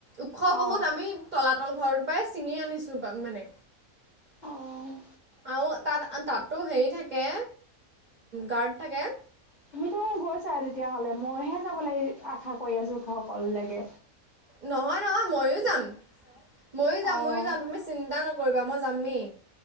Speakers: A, on the right; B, on the left.
A: ওখ বহুত
B: অঁ
A: আমি তলাতল ঘৰৰ পৰাই ছিঙি আনিছোঁ মানে
B: অ',
A: আৰু তাত তাতো হেৰি থাকে, গাৰ্ড থাকে
B: তুমিতো গৈছা তেতিয়াহ'লে মইহে যাব লাগ আশা কৰি আছো সকলকে
A: নহয় নহয় ময়ো যাম ময়ো যাম
B: অঁ
A: ময়ো যাম তুমি চিন্তা নকৰিবা মই যামেই